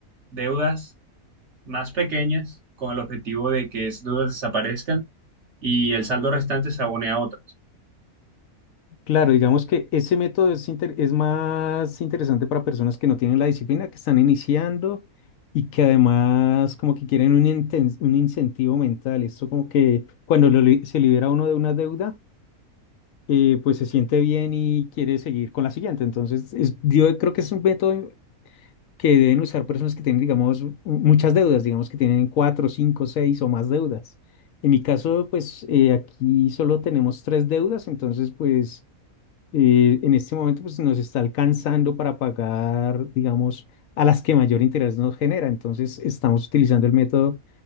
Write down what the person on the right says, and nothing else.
deudas más pequeñas con el objetivo de que esas deudas desaparezcan y el saldo restante se abone a otras.